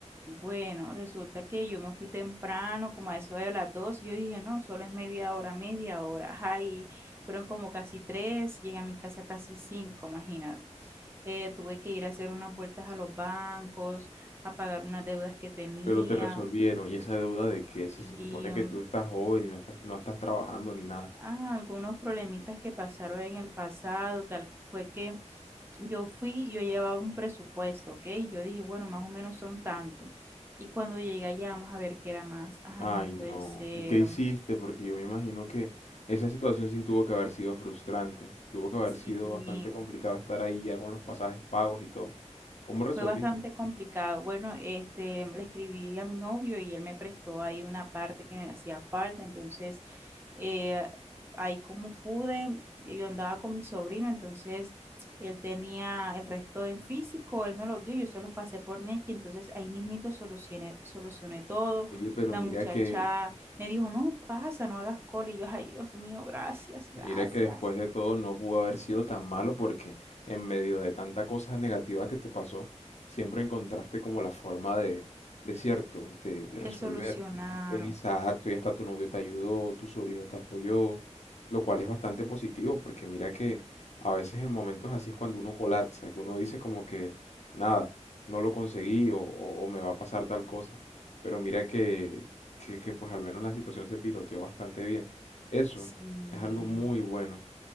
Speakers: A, on the right; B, on the left.
A: Bueno, resulta que yo me fui temprano, como a eso de las dos, y yo dije, no, solo es media hora, media hora, ay, fueron como casi tres, llegué a mi casa casi cinco, imagínate. eh, tuve que ir a hacer unas vueltas a los bancos, a pagar unas deudas que tenía
B: Pero te resolvieron. ¿Y esa deuda de qué?
A: y
B: Si se supone
A: mm,
B: que tú estás joven y no estás, no estás trabajando ni nada.
A: ah, algunos problemitas que pasaron en el pasado, tal fue que yo fui, yo llevaba un presupuesto, ¿ok? Yo dije, bueno, más o menos son tanto. Y cuando llegué allá, vamos a ver qué era más. Ay,
B: Ay,
A: no
B: no.
A: puede ser.
B: ¿Y qué hiciste? Porque yo me imagino que esa situación sí tuvo que haber sido frustrante. Tuvo que haber
A: Sí,
B: sido bastante complicado estar ahí ya con los pasajes pagos y todo. ¿Cómo resolviste?
A: Fue bastante complicado. Bueno, este, le escribí a mi novio y él me prestó ahí una parte que me hacía falta. Entonces, eh, ahí como pude, yo andaba con mi sobrino, entonces él tenía el resto en físico, él me lo dio, yo se los pasé por Nequi, entonces ahí mismito solucioné, solucioné todo.
B: Oye, pero
A: La
B: mira
A: muchacha
B: que
A: me dijo, no, pasa, no hagas cola. Y yo, ay, Dios mío, gracias, gracias.
B: Mira que después de todo no pudo haber sido tan malo porque en medio de tanta cosa negativa que te pasó, siempre encontraste como la forma de, de cierto, de, de resolver.
A: Te solucionaron.
B: Exacto, y hasta tu novio te ayudó, tu sobrino te apoyó, lo cual es bastante positivo porque mira que a veces en momentos así es cuando uno colapsa, que uno dice como que nada, no lo conseguí o, o- o me va a pasar tal cosa. Pero mira que, que, que pues al menos la situación se piloteó bastante bien. Eso,
A: Sí.
B: es algo muy bueno.